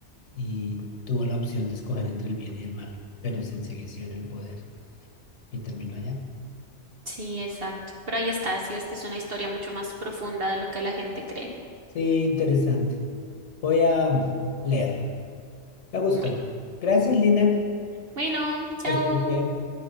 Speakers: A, on the left (about 85°); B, on the right (about 55°).
A: y tuvo la opción de escoger entre el bien y el mal, pero se ensegueció en el poder y terminó allá.
B: Sí, exacto. Pero ahí está, sí es que es una historia mucho más profunda de lo que la gente cree.
A: Sí, interesante. Voy a leerlo. Me gustó.
B: Bueno,
A: Gracias, Lina.
B: bueno, chao.
A: Que estés bien.